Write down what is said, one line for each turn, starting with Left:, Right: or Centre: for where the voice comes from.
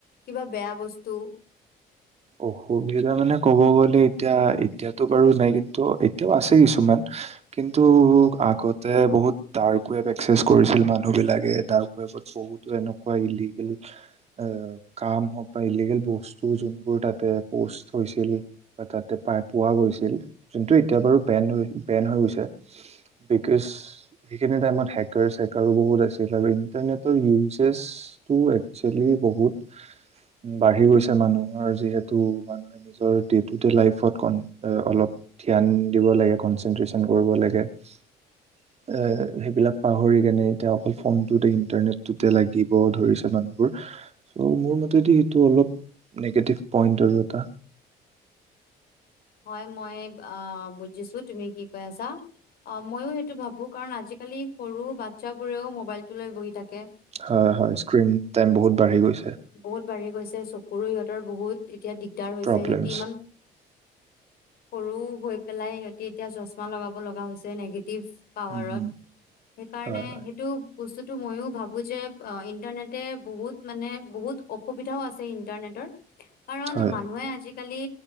Left: কিবা বেয়া বস্তু?
Right: অসুবিধা মানে ক'ব গ'লে এতিয়া এতিয়াতটো বাৰু নাই কিন্তু এতিয়াও আছে কিছুমান কিন্তু আগতে বহুত ডাৰ্ক ৱেব একচেছ কৰিছিল মানুহ বিলাকে ডাৰ্ক ৱেবত বহুতো এনেকুৱা ইলিগেল আ, কাম হওঁক বা ইলিগেল বস্তু যোন বোৰ তাতে পষ্ট হৈছিল বা তাতে পাই পোৱা গৈছিল যোনটো এতিয়া বাৰু বেন হৈ বেন হৈ গৈছে। বিকজ সেইখিনি টাইমত হেকাৰছ চেকাৰো বহুত আছিল আৰু ইণ্টাৰনেটৰ ইউজেজটো একচুৱেলি বহুত বাঢ়ি গৈছে মানুহ হৰ যিহেতু মানুহে নিজৰ ডেতোডে লাইফত অলপ ধ্যান দিব লাগে কনচেনট্ৰচন কৰিব লাগে। এ, সেইবিলাক পাহৰি কেনে এতিয়া অকল ফোনটোতে ইন্টাৰনেটটোতে লাগিব ধৰিছে মানুহবোৰ। চ' মোৰ মতেদি সেইটো অলপ নিগেটিভ পইন্ট আৰু এটা।
Left: হয়, মই আ, বুজিছো তুমি কি কৈ আছা অ', মইয়ো সেইটো ভাবো কাৰণ আজিকালি সৰু বাচ্ছাবোৰেও মোবাইলটো লৈ বহি থাক
Right: হয়, হয় স্ক্ৰিন টাইম বহুত বাঢ়ি গৈছে
Left: বহুত বাঢ়ি গৈছে। চকুৰো ইহঁতৰ বহুত এতিয়া দিগদাৰ হৈছে,
Right: প্ৰব্লেমছ
Left: সিহঁতি ইমান সৰু হৈ পেলাই সিহঁতি এতিয়া চচমা লগাব লগা হৈছে নেগ ভ পাৱাৰত।
Right: উম, হুম,
Left: হেকাৰণে
Right: হয় হয়
Left: হেটো বস্তুটো মইয়ো ভাবো যে, আ, ইন্টাৰনেটে বহুত মানে বহুত অসুবিধাও আছে ইণ্টাৰনেটৰ। কাৰণ
Right: হয়
Left: মানুহে আজিক আজিকালি